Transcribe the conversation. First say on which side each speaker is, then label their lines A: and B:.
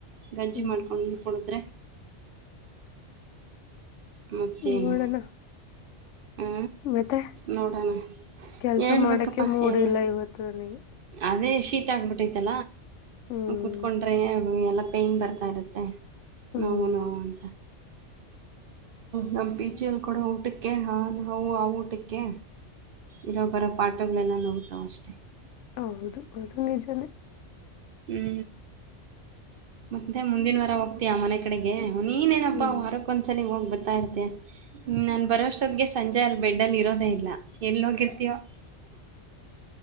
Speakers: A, on the right; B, on the left.
A: ಗಂಜಿ
B: ಹ್ಮ್
A: ಮಾಡ್ಕೊಂಡು ಕುಡಿದ್ರೆ ಮತ್ತೇನು
B: ನೋಡೋಣ
A: ಹ
B: ಮತ್ತೆ
A: ನೋಡೋಣ
B: ಕೆಲ್ಸ
A: ಹೇಳ್ಬೇಕಪ್ಪಾ
B: ಮಾಡಕ್ಕೆ ಮೂಡ್
A: ಎಏಲ್ಲ
B: ಇಲ್ಲ ಇವತ್ತು ನನಗೆ
A: ಅದೇ ಶೀತ ಆಗ್ಬಿಟ್ಟತಿ
B: ಹ್ಮ್
A: ಕೂತ್ಕೊಂಡ್ರೆ ಎಲ್ಲ ಪೈನ್ ಬರ್ತಾ ಇರುತ್ತೆ
B: ಹ್ಮ್
A: ಹೌನವುಂತ ನಮ್ಮ ಬೀಚಲ್ಲಿ ಕೊಡೋ ಊಟಕ್ಕೆ ಹಾ ನಾವು ಆ ಊಟಕ್ಕೆ ಇರೋ ಬರೋ ಪಾಠಗಳೆಲ್ಲ ನೋಡ್ವ ಅಷ್ಟೆ
B: ಹೌದು ಅದು ನಿಜಾನೇ <inaudible>
A: ಹ್ಞೂ ಮತ್ತೆ ಮುಂದಿನ ವಾರ ಹೋಗ್ತೀಯಾ ಮನೆ ಕಡೆಗೆ <inaudible> ನೀನ್ನಪ್ಪಾ
B: ಹ್ಮ್
A: ವಾರಕ್ಕ ಒಂದಸಲಿ ಹೋಗ್ ಬ <inaudible> ತಾ ಇರ್ತ ನಾನ್ ಬರೋಷ್ಟೊದ್ಗೆ ಸಂಜೆ ಅಲ್ಲಿ ಬೆಡ್ಲ್ ಇರೋದ ತೆ <inaudible> ಎಲ್ಲಿಗಿರ್ತಯೋ <inaudible>